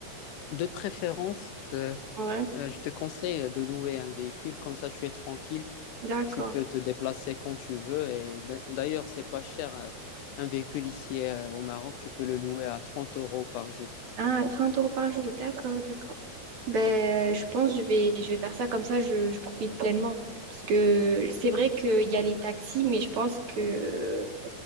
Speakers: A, on the left; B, on the right.
A: de préférence, euh,
B: Ouais,
A: euh, je te conseille de louer un véhicule. Comme ça, tu es tranquille.
B: d'accord.
A: Tu peux te déplacer quand tu veux. Et d'a- d'ailleurs, c'est pas cher. euh, Un véhicule ici euh, au Maroc, tu peux le louer à 30 euros par jour.
B: Ah, trente euros par jour, d'accord, d'accord. Ben, euh, je pense que je vais, je vais faire ça comme ça, je, je profite pleinement. Parce que c'est vrai qu'il y a les taxis, mais je pense que...